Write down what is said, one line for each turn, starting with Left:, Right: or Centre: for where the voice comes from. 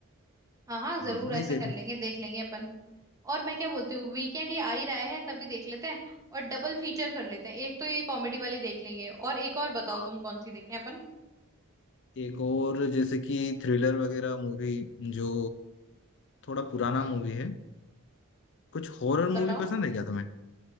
Right: हाँ हाँ
Left: हाँ
Right: जरूर
Left: वही
Right: ऐसा
Left: देख
Right: कर लेंगे देख लेंगे अपन और मैं क्या बोलती हूँ वीकेंड ये आ ही रहा है तभी देख लेते हैं और डबल फीचर कर लेते हैं एक तो ये कॉमेडी वाली देख लेंगे और एक और बताओ
Left: हाँ
Right: तुम कौन सी देखें अपन
Left: एक और जैसे कि थ्रिलर वगैरह मूवी जो थोड़ा पुराना
Right: हम्म
Left: मूवी है कुछ हॉरर मूवी
Right: बताओ
Left: पसंद है क्या तुम्हें